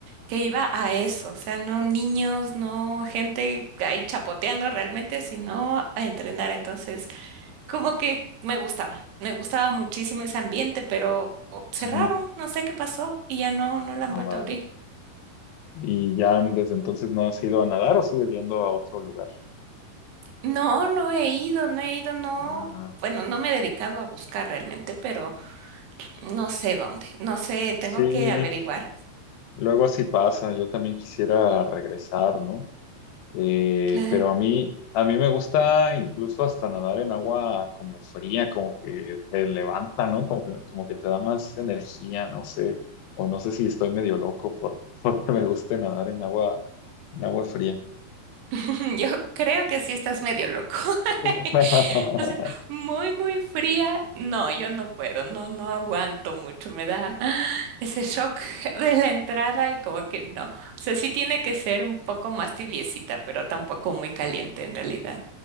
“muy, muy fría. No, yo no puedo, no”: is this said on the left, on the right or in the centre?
Right